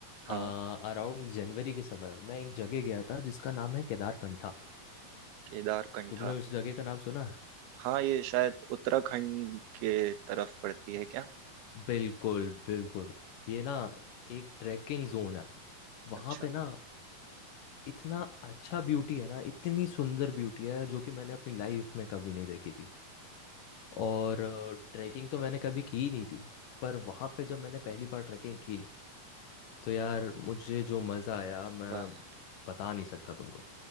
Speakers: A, on the right; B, on the left.
A: हाँ
B: अराउंड जनवरी के समय मैं एक जगह गया था जिसका नाम है केदारकंठा
A: केदारकंठा
B: तुमने उस जगह का नाम सुना है
A: हाँ ये शायद उत्तराखंड के तरफ पड़ती है क्या
B: बिल्कुल बिल्कुल ये ना एक ट्रैकिंग जोन है
A: अच्छा
B: वहां पे ना इतना अच्छा ब्यूटी है ना इतनी सुंदर ब्यूटी है जो कि मैंने अपनी लाइफ में कभी नहीं देखी थी और ट्रैकिंग तो मैंने कभी की ही नहीं थी पर वहाँ पे जब मैंने पहली बार ट्रैकिंग की तो यार मुझे जो मज़ा आया मैं
A: वाह यार।
B: बता नहीं सकता तुमको